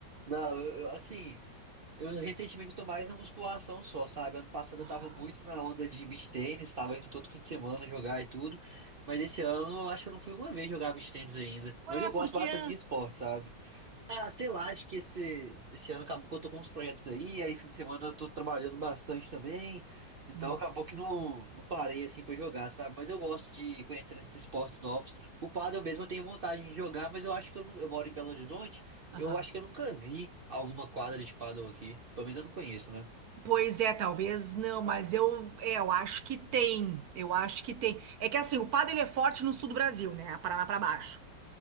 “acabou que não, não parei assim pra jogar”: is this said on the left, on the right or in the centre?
Right